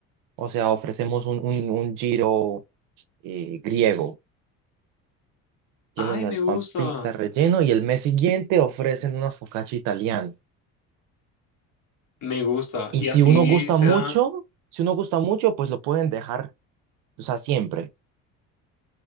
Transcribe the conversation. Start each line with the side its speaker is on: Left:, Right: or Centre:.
Right: O sea, ofrecemos un, un, un giro eh, griego. Tienen
Left: Ay, me
Right: el pan
Left: gusta.
Right: pita relleno y el mes siguiente ofrecen una focaccia italiana.
Left: Me gusta.
Right: Y
Left: Y
Right: si
Left: así
Right: uno gusta
Left: se
Right: mucho,
Left: dan,
Right: si uno gusta mucho, pues lo pueden dejar, o sea, siempre.